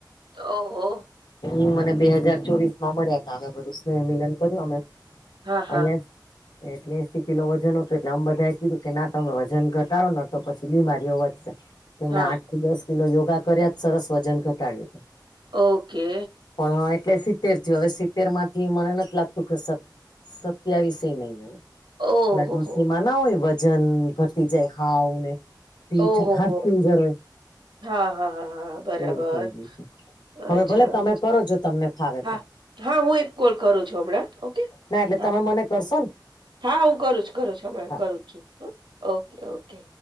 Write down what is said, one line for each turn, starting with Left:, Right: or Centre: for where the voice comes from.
Right: તો હો
Left: એ મને બે હાજાર ચોવીસ માં મળ્યા તા અમે બધું સ્નેહમિલન કર્યું અમે
Right: હા, હા.
Left: અહિયાં જ એટલે એસી કિલો વજન હતું એટલે અમ બધાએ કીધું કે ના તમે વજન ઘટાડો ન તો પછી બીમારીઓ વધશે તો
Right: હા,
Left: મેં આ દસ કિલો યોગા કર્યા તા સરસ વજન ઘટાડ્યું તું.
Right: ઓકે.
Left: પણ હા એટલે સિત્તેર થયું હવે સિત્તેર માંથી મને નથ લાગતું કે સત સત્યાવીસ એ નય રય
Right: ઓહોહો!
Left: પેલા ડોસીમાં ના હોય વજન ઘટી જાય હાવ ને પીથલ
Right: ઓહોહો!
Left: હાડપિંજર હોય
Right: હા હા હા હા બરાબર.
Left: એવું થઈ ગયું છે
Right: અચ્છા
Left: હવે ભલે તમે
Right: આવે છે
Left: કરો જો તમને ફાવે
Right: હા
Left: તો
Right: હા હું એક કોલ કરું છું હમણાં ઓકે.
Left: ના એટલે
Right: હા,
Left: તમે
Right: હા.
Left: મને કરશો ને
Right: હા હું કરું છું કરું છું આપે
Left: હા
Right: કરું છું. હો. Okay okay.